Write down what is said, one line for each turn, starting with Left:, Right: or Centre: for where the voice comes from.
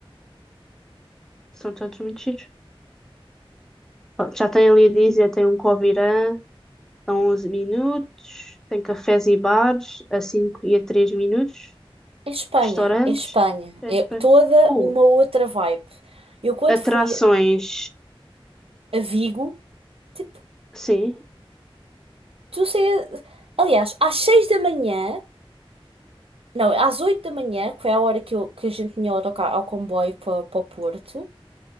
Centre: são todos muito chiques. Ó, já tem ali a dizer, tem um Covirã a 11 minutos, tem cafés e bares a 5 e a 3 minutos,
Right: É Espanha,
Centre: restaurantes,
Right: é Espanha.
Centre: etc.
Right: É toda
Centre: Oh,
Right: uma outra vibe. Eu quando
Centre: atrações,
Right: fui a Vigo, tipo,
Centre: sim,
Right: tu sei, aliás, às seis da manhã, não, às oito da manhã, que foi a hora que, eu, que a gente tinha o autocarro ao comboio para, para o Porto,